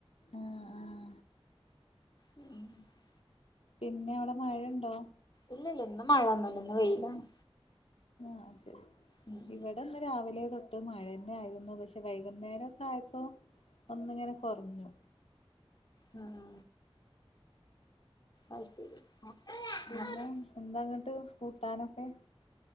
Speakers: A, on the left; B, on the left.
A: ആഹ ആഹ
B: ഉം <unintelligible>
A: പിന്നെ അവിടെ മഴണ്ടോ
B: ഇല്ലല്ല ഇന്ന് മഴൊന്നുംല്ല ഇന്ന് വെയിലാണ്
A: ആഹ് ശരി
B: ഉം
A: ഇവിടെന്ന് രാവിലെ തൊട്ട് മഴ ന്നെ ആയിരുന്നു പക്ഷെ വൈകുന്നേരൊക്കെ ആയപ്പോ ഒന്നിങ്ങനെ കുറഞ്ഞു
B: ഉം അത് ശരി ഇന്നത്തെ
A: പിന്നെ എന്താങ്ങട്ട് കൂട്ടാനൊക്കെ